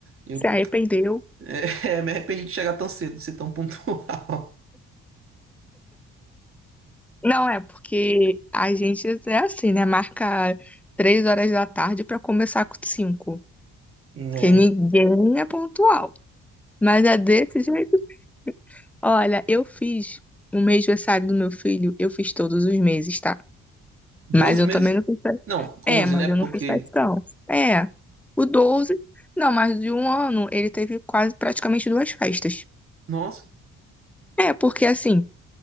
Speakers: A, on the right (about 45°); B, in the centre.
A: Eu
B: Se arrependeu.
A: <laughs> é, me arrependi de chegar tão cedo, de ser tão pontual. <laughs>
B: Não é, porque a gente é assim, né? Marca três horas da tarde pra começar com cinco.
A: É,
B: Porque ninguém é pontual. Mas é desse jeito. Olha, eu fiz o mês aniversário do meu filho, eu fiz todos os meses, tá?
A: 12
B: Mas eu
A: meses?
B: também não fiz
A: Não,
B: É,
A: onze,
B: mas
A: né? Porque,
B: eu não fiz festão. É, o 12, não, mas de um ano ele teve quase praticamente duas festas.
A: nossa,
B: É, porque assim,